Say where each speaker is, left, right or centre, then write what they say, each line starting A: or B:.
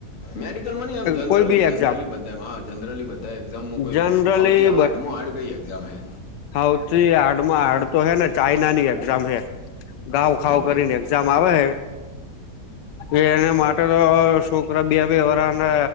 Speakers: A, on the left (about 50°); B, on the left (about 85°).
A: મેડિકલ ન એમ જનરલી
B: કોઈ બી
A: જનરલી
B: એક્ઝામ
A: બ હ જનરલી બધા એક્ઝામમાં કોઈ
B: જનરલી
A: સૌથી હાડમ હડ ગઈ એક્ઝામ હે
B: હા હડમાં હાડ તો હે ને ચાઈના ની એક્ઝામ હે ગઉ ખાવ
A: એવું
B: કરી
A: એમ
B: ને જામ આવે હ એ એના માટે તો શું પરા બે બે વરાને